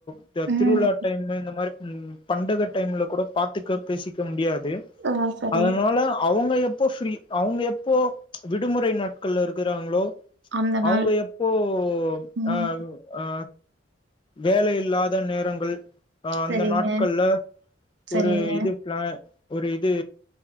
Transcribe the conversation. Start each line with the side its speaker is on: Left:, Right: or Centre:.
Left: இந்த
Right: ம்
Left: திருவிழா டைம்ல இந்த மாரி உ பண்டக டைம்ல கூட பாத்துக்க பேசிக்க முடியாது
Right: ஆ சரி
Left: அதனால அவுங்க எப்போ ஃப்ரீ அவங்க எப்போ விடுமுறை நாட்கள்ல இருக்குறாங்களோ
Right: அந்த நாள்
Left: அவுங்க எப்போ
Right: ம்
Left: அ உ அ வேலையில்லாத நேரங்கள் அ அந்த
Right: சரிங்க
Left: நாட்கள்ல
Right: சரிங்க
Left: ஒரு இது பிளா ஒரு இது